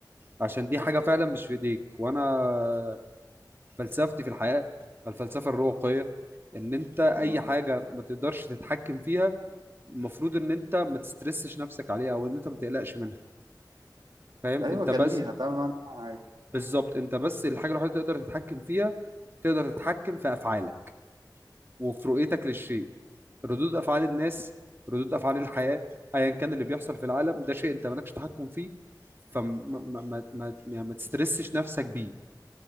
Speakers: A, on the right; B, on the right.
A: عشان دي حاجة فعلا مش في ايديك وانا فلسفتي في الحياة الفلسفة الرواقية ان انت اي
B: امم
A: حاجة ما تقدرش تتحكم فيها المفروض ان انت ما تسترسش نفسك عليها او ان انت ما تقلقش منها فاهم
B: ايوه
A: انت
B: جليها
A: بس
B: تعمل معاها عادي
A: بالظبط انت بس الحاجة الوحيدة اللي تقدر تتحكم فيها تقدر تتحكم في افعالك وفي رؤيتك للشيء ردود افعال الناس ردود افعال الحياة ايا كان اللي بيحصل في العالم ده شيء انت مالكش تحكم فيه فما ما ما ما يعني ما تسترسش نفسك بيه